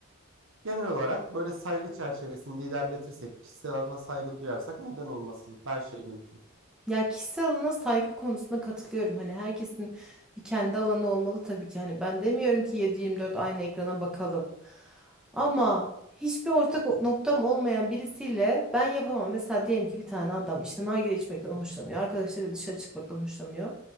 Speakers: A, on the right; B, in the centre.
A: genel olarak böyle saygı çerçevesinde ilerletirsek, kişisel alana saygı duyarsak neden olmasın? Her şey mümkün.
B: Ya kişisel alana saygı konusunda katılıyorum. Hani herkesin bir kendi alanı olmalı tabii ki. Hani ben demiyorum ki yedi yirmi dört aynı ekrana bakalım. Ama hiçbir ortak o- noktam olmayan birisiyle ben yapamam. Mesela diyelim ki bir tane adam işte nargile içmekten hoşlanıyor. Arkadaşları dışarı çıkmaktan hoşlanıyor.